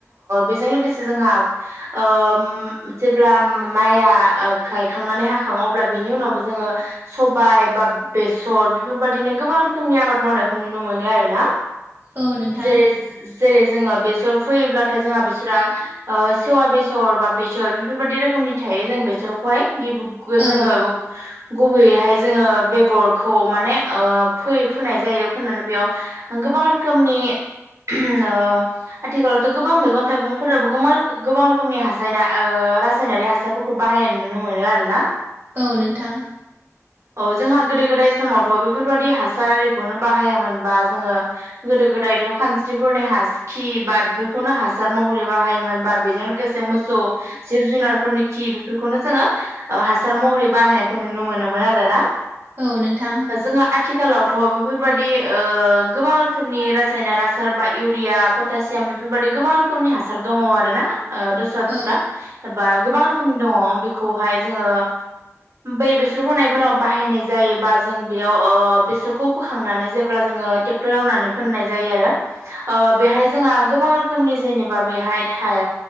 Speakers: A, on the right; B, on the right.
A: बेजों लोगोसे जोंहा ओम जेब्ला माइया गायखांनानै हाखां अब्ला बिनि उनावबो जोङो सबाय बा बेसर बेफोरबायदिनो गोबां रोखोमनि आबाद मावनायखौ नुनो मोनो आरोना।
B: औ नोंथां
A: जेरै जेरै जोङो बेसर फैयोब्लाथाय जोंहा बेसरा सेवा बेसर, बा बेसर बेफोरबायदि रोखोमनि थायो जों बेसरखौहाय गि
B: औ
A: जोङो गुबैयैहाय जोङो बे गरखौ माने फो-फोनाय जायो। फोननानै बेयाव गोबां रोखोमनि ओ आथिखालावथ' गोबां मैगं-थाइगंफोराबबो गोबां रोखोमनि हासायना-रासायनारि हासारफोरखौ बाहायनाय नुनो मोनो आरो ना।
B: औ नोंथां।
A: औ जोंहा गोदो गोदाय समावथ' बेफोरबायाददि हासार आरिखौनो बाहायामोन बा जोङो गोदो गोदायथ खानस्रिफोरनि हासो खि बा बेफोरखौनो हासार महरै बाहायोमोन बा बेजों लोगोसे मोसौ जिब जुनारफोरनि खि बेफोरखौनो जोङो ओ हासार महरै बाहायनायखौ नुनो मोनोमोन आरोना।
B: औ नोंथां।
A: जोङो आथिखालावथ' ओ बेफोरबाददि गोबां रोखोमनि रासायनक हासार बा इउरिया दासियाम बेफोरबाददि गोबां रोखोमनि हासार दङ आरोना ओ दस्रा दस्रा।
B: औ
A: बा गोबां रोखोमनि दङ बेखौहाय जोङो बै बेसर फनायफोराव बाहायनाय जायोबा जों बेयाव अ बेसोरखौ बोखांनानै जेब्ला जोङो ट्रेक्टर एवनानै फोननाय जायो आरो।
B: <inaudible>
A: ओ बेहाय जोंहा गोबां रोखोमनि जेनेबा बेहाय थाय